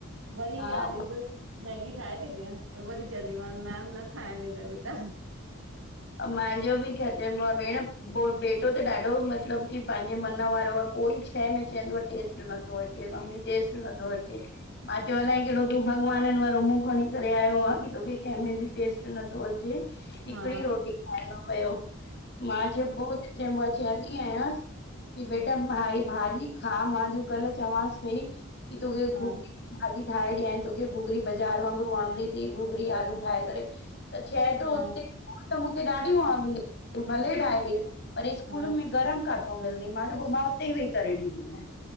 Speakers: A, on the right (about 85°); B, on the left (about 55°).
A: वरी
B: हा
A: याद ईंदुस मैगी ठाहे ॾींदीअं, वरी चवंदम मैम न खाइण ॾींदए बेटा।
B: महांजो बि छा चएब आ भेण, बेटो त ॾाढो मतलबु कि पंहिंजे मन वारो आ। कोई शै में चवंदो टेस्ट नथो अचे, मम्मी टेस्ट नथो अचे। मां चयो अलाए कहिड़ो तूं भॻवाननि वारो मुंहुं खणी करे आयो आ कि तोखे कंहिंमें बि टेस्ट अचे हिकिड़ी,
A: हा
B: रोटी खांइंदो पयो, मां च जं मां चंअंदी आहियांस कि बेटा, भाई भाॼी खा, मां कल चवांस पई कि तोखे
A: हा
B: गोबी भाॼी ठाहे ॾियांई तोखे घुघरी बाज़ार वांगुरु वणंदी थई, घुगरी आलू ठाहे करे त चए तो
A: हा
B: उते त मूंखे ॾाढी वणंदी आ, तूं भले ठाए डे पर स्कूल
A: हा
B: में गरम काथे मिलंदी, मां चयो पो मां हुते वेई करे ॾींदी।